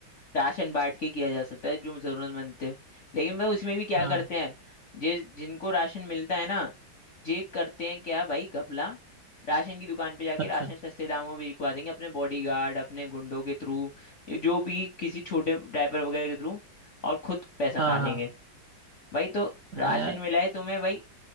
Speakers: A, on the left; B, on the right.
A: राशन बांट के किया जा सकता है जो जरूरतमंद थे लेकिन भाई उसमें भी क्या
B: हाँ
A: करते हैं जे जिनको राशन मिलता है ना जे करते हैं क्या भाई घपला राशन की दुकान पे जाके
B: अच्छा
A: राशन सस्ते दामों में बिकवा देंगे अपने बॉडीगार्ड अपने गुंडों के थ्रू जो भी किसी छोटे ड्राइवर वगैरह के थ्रू और खुद पैसा
B: हाँ
A: खा लेंगे
B: हाँ
A: भाई तो
B: हाँ
A: राशन
B: यार
A: मिला है तुम्हें भाई